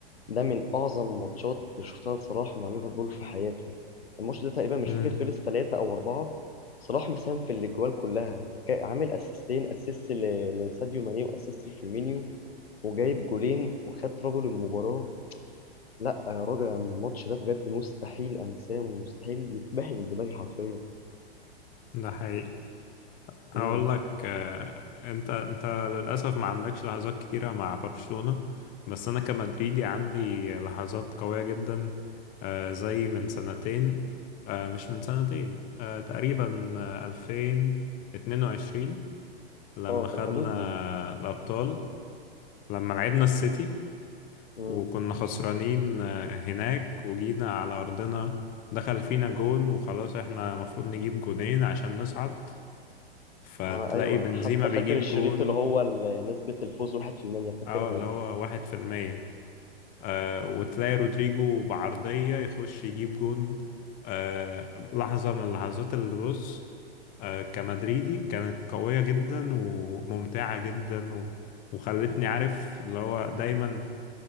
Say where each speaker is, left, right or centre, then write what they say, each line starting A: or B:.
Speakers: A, on the left (about 70°); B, on the left (about 25°).
A: ده من اعظم ماتشات اللي شفتها لصلاح مع ليفربول في حياته الماتش ده تقريبا مش
B: امم
A: فاكر خلص ثلاثة او اربعة صلاح مساهم في الاجوال كلها جا- عامل اسيستين اسيست ل- لساديو ماني واسيست لفيرمينيو وجايب جولين وخد رجل المباراة لا يا راجل الماتش ده بجد مستحيل انساه ومستحيل يتمحي من دماغي حرفيا
B: ده حقيقي هقول
A: امم
B: لك آه، انت انت للأسف ما عندكش لحظات كتيرة مع برشلونة بس انا كمدريدي عندي لحظات قوية جدا آه، زي من سنتين آه، مش من سنتين آه، تقريبا آه، 2022 لما
A: اه في
B: خدنا
A: الحدود دي
B: الأبطال لما لعبنا السيتي
A: امم
B: وكنا خسرانين آه، هناك وجينا على أرضنا دخل فينا جون وخلاص احنا مفروض نجيب جونين عشان نصعد فتلاقي
A: آه، ايوه
B: بنزيما
A: انا حتى
B: بيجيب
A: فاكر الشريط
B: جون
A: اللي هو ال- نسبة الفوز 1% فاكرها
B: اه اللي
A: دي
B: هو واحد في المية آه وتلاقي رودريجو بعرضية يخش يجيب جون آه لحظة من اللحظات اللي بص آه كمدريدي كانت قوية جدا وممتعة جدا و... وخلتني عارف اللي هو دايما